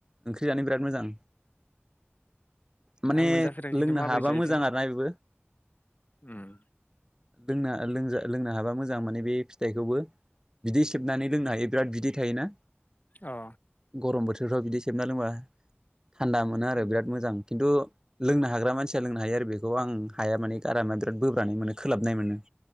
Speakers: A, on the right; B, on the left.
A: ओंख्रि जानो बिराद मोजां माने
B: आं मोनजाफेराखै
A: लोंनो
B: खिन्थु माबोरै
A: हाबा
B: जायोथाय
A: मोजां आरो ना बेबो
B: उम
A: लोंनो लोंनो लोंनो हाबा मोजां माने बे बेखौबो बिदै सेबनानै लोंनो हायो बिराद बिदै थायोना
B: अ
A: गरम बोथोरफोराव बिदि सेबना लोंबा थान्दा मोनो आरो
B: उम
A: बिराद मोजां खिन्थु लोंनो हाग्रा मानसिया लोंनो हायो बेखौ आं हाया माने गारामा बिराद बोब्रानो मोने खोलाबनाय मोनो